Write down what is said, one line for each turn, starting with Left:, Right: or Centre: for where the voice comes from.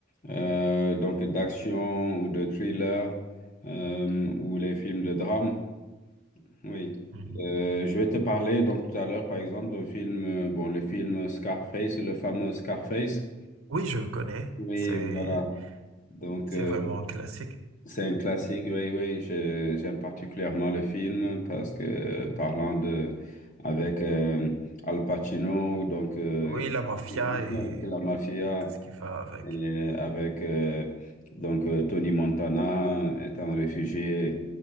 Left: euh, donc d'action ou de thriller euh, ou les films de drame. Oui.
Right: Mhm.
Left: Euh, je vais te parler donc tout à l'heure, par exemple, d'un film, euh, bon, le film Scarface, le fameux Scarface.
Right: Oui, je connais.
Left: Oui,
Right: C'est
Left: voilà. Donc,
Right: c'est
Left: euh,
Right: vraiment un classique.
Left: C'est un classique, oui, oui. je- j'aime particulièrement le film parce que parlant de avec euh, Al Pacino, donc euh,
Right: Oui, la mafia
Left: il
Right: et,
Left: joue de la mafia,
Right: et tout ce qui va avec.
Left: et avec euh, donc euh, Tony Montana étant réfugié